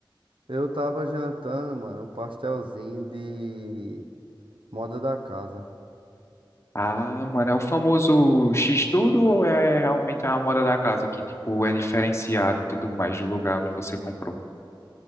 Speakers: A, on the right (about 75°); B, on the left (about 30°).
A: Eu tava jantando, mano, um pastelzinho de moda da casa.
B: Ah, mano, é o famoso X-Tudo ou é realmente a moda da casa que, tipo, é diferenciado e tudo mais do lugar onde você comprou?